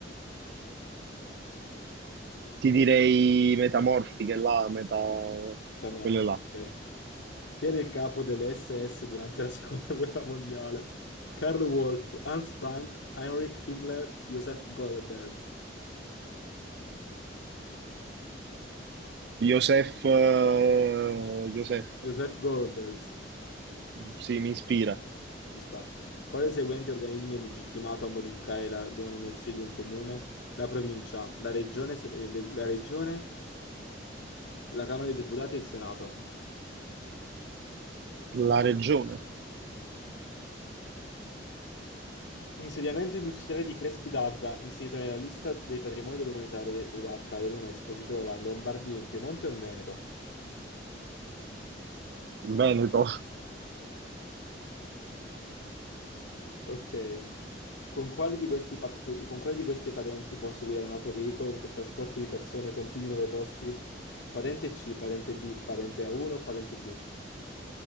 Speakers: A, on the right; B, on the left.
A: Ti direi metamorfiche là, meta...
B: Metamorfiche,
A: quelle là.
B: ok. Chi era il capo delle SS durante la seconda <laughs> guerra mondiale? Karl Wolff, Hans Frank, Heinrich Himmler, Joseph Goebbels.
A: Josef, eh,
B: <laughs>
A: Josef,
B: Joseph Goebbels.
A: sì, mi ispira.
B: Ci sta. Quale dei seguenti organismi è legittimato a modificare la denominazione di un comune? La provincia, la regione, se- eh, le- la regione, la Camera dei Deputati e il Senato.
A: La regione,
B: Ci sta. Insediamento industriale di Crespi d'Adda, inserito nella lista dei patrimoni dell'umanità re- redatta dall'UNESCO, si trova in Lombardia, in Piemonte o in Veneto?
A: Veneto,
B: Ok. Con quali di questi pat- con quali di queste patenti posso guidare un autoveicolo per trasporto di persone con più di 9 posti? Patente C, patente D, patente A1 o patente B?